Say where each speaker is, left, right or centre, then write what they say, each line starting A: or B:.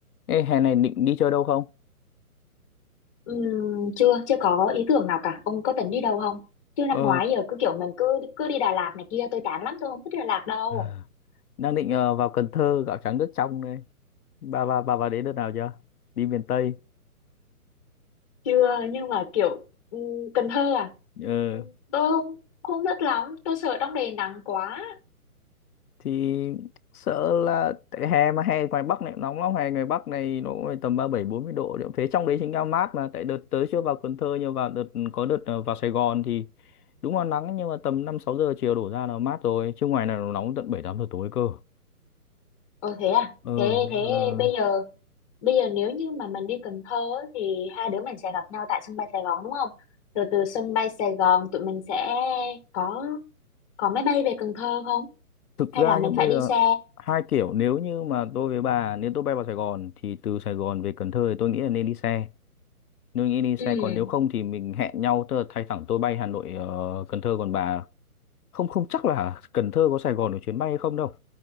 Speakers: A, on the left (about 75°); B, on the left (about 20°).
A: Ê, hè này định đi chơi đâu không?
B: Ừm, chưa chưa có ý tưởng nào cả ông có tính đi đâu không chứ năm
A: Ờ,
B: ngoái giờ cứ kiểu mình cứ cứ đi Đà Lạt này kia tôi chán lắm tôi không thích Đà Lạt đâu
A: À, đang định ờ, vào Cần Thơ gạo trắng nước trong đây. Bà bà bà vào đấy đợt nào chưa? Đi miền Tây.
B: chưa nhưng mà kiểu ừm, Cần Thơ à
A: Ờ,
B: Ừm, tôi không không thích lắm tôi sợ trong này nắng quá
A: thì sợ là tại hè mà hè ngoài Bắc này cũng nóng lắm, hè ngoài Bắc này nó cũng phải tầm ba mươi bảy bốn mươi độ. liệu Thế trong đấy chính là mát mà tại đợt tới chưa vào Cần Thơ nhưng vào đợt có đợt ờ, vào Sài Gòn thì đúng là nắng nhưng mà tầm 5 6 giờ chiều đổ ra là mát rồi, chứ ngoài này nó nóng tận 7 8 giờ tối cơ.
B: Ồ thế à
A: Ờ
B: thế
A: nên
B: thế
A: là
B: bây giờ bây giờ nếu như mà mình đi Cần Thơ á, thì hai đứa mình sẽ gặp nhau tại sân bay Sài Gòn đúng không rồi từ sân bay Sài Gòn tụi mình sẽ có có máy bay về Cần Thơ không
A: thực ra
B: hay là mình
A: nhá bây
B: phải
A: giờ
B: đi xe
A: hai kiểu nếu như mà tôi với bà nếu tôi bay vào Sài Gòn thì từ Sài Gòn về Cần Thơ thì tôi nghĩ là nên đi xe nên nghĩ đi xe
B: ừ
A: còn nếu không thì mình hẹn nhau tức là thay thẳng tôi bay Hà Nội ờ, Cần Thơ còn bà không không chắc là Cần Thơ có Sài Gòn được chuyến bay hay không đâu